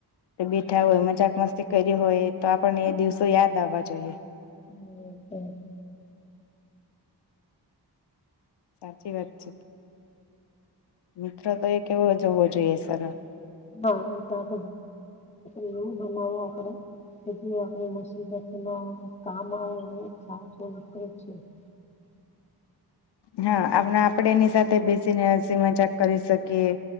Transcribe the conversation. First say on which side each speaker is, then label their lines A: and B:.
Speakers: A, on the left (about 80°); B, on the left (about 15°).
A: બેઠા હોય મજાક મસ્તી કયરી હોય, તો આપણને એ દિવસો યાદ આવવા જોઈએ.
B: <unintelligible>
A: સાચી વાત છે. મિત્રો તો એક એવો જ હોવો જોઈએ સરળ.
B: <unintelligible> એવું બનાવો આપડે. <unintelligible> મુસીબતમાં કામ આવે ને <unintelligible>
A: હા આપણા આપડે એની સાથે બેસીને હસી મજાક કરી શકીએ